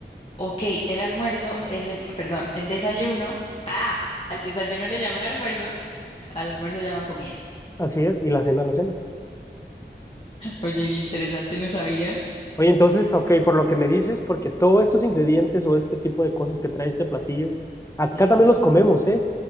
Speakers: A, on the left (about 30°); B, on the left (about 15°).
A: ok, el almuerzo es el, perdón, el desayuno. Ah, al desayuno le llaman almuerzo, al almuerzo le llaman comida.
B: Así es, y la cena, la cena.
A: Oye, interesante, no sabía.
B: Oye, entonces, ok, por lo que me dices, porque todos estos ingredientes o este tipo de cosas que trae este platillo, acá
A: Sí.
B: también los comemos, ¿eh?